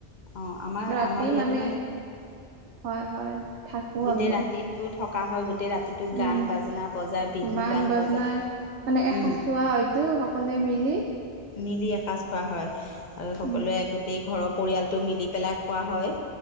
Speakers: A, on the left; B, on the right.
A: অঁ আমাৰ
B: ৰাতি
A: আমাৰ ইয়াতো
B: মানে হয়, হয়। থাকো
A: গোটেই
B: আমিও।
A: ৰাতিটো থকা হয়, গোট। গোটেই ৰাতিটো গান
B: উম
A: বাজনা বজাই, বিহু
B: বান
A: গান
B: বাজনাই
A: বজাই,
B: মানে এসাঁচোৱা
A: উম।
B: হয়তো সকলোৱে মিলি।
A: মিলি এসাঁজ খোৱা হয়। আৰু, সকলোৱে
B: উম
A: গোটেই। ঘৰৰ পৰিয়ালটো মিলি পেলাই খোৱা হয়।